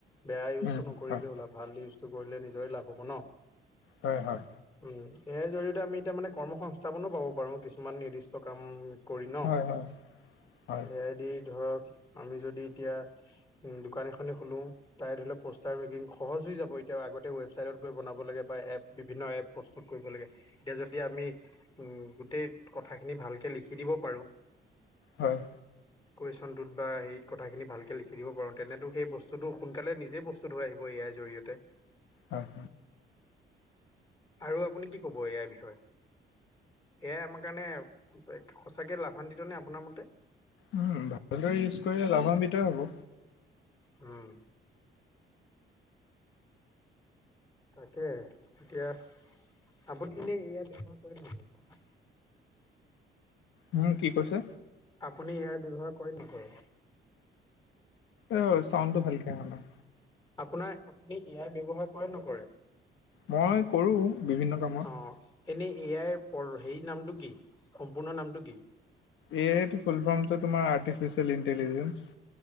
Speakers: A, on the left; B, on the left.
A: বেয়া ইউজটো
B: উম,
A: নকৰিলে
B: হয়,
A: ওল ভাল ইউজটো কৰিলে নিজৰে লাভ হ'ব ন।
B: হয়ঁ হয়ঁ
A: উম, এআই জৰিয়তে আমি এতিয়া মানে কৰ্ম সংস্থাপনো পাব পাৰো কিছুমান নিৰ্দিষ্ট কাম কৰি ন
B: হয়, হয়, হয়,
A: এয়াই দি ধৰক আমি যদি এতিয়া দোকান এনে খোলো তাই ধৰি লও পোষ্টাৰ মেকিং সহজ হৈ যাব এতিয়া আগতে ৱেবছ চাইদত গৈ বনাব লাগে বা এপ বিভিন্ন এপ প্ৰস্তুত কৰিব লাগে এতিয়া যদি আমি গোটেই কথাখিনি ভালকৈ লিখি দিব পাৰোঁ।
B: হয়।
A: কুৱেশনটোত বা হেৰিত কথাখিনি ভালকে লিখি দিব পাৰোঁ তেনেতো সেই বস্তুতটো সোনকালে নিজে বস্ত ধৰা হৈ আহিব ইয়াৰ জৰিয়তে।
B: হয়।
A: আৰু আপুনি কি ক'ব এ আইৰ বিষয়ে? এ আই আমাৰ কাৰণে সঁচাকৈ লাভান্বিতনে আপোনাৰ মতে?
B: উম, ভালদৰে ইউজ কৰিলে লাভান্বিতই হ'ব।
A: উম, তাকে এতিয়া আপুনি এনেই এইয়া ব্যৱহাৰ কৰে নে নকৰে?
B: উম, কি কৈছে?
A: আপুনি ইয়াৰ ব্যৱহাৰ কৰে নকৰে?
B: অ, চাউণ্ডটো ভালকে অহা নাই?
A: আপোনাৰ আপুনি এ আই ব্যয়ৱহাৰ কৰে নকৰে?
B: মই কৰোঁ বিভিন্ন কামত।
A: অ' এনেই এ আইৰ প হেৰি নামটো কি সম্পূৰ্ণ নামটো কি?
B: এ আই টো ফুল ফৰ্মটো তোমাৰ আৰ্টিফিচিয়েল ইণ্টেলিজেঞ্চ।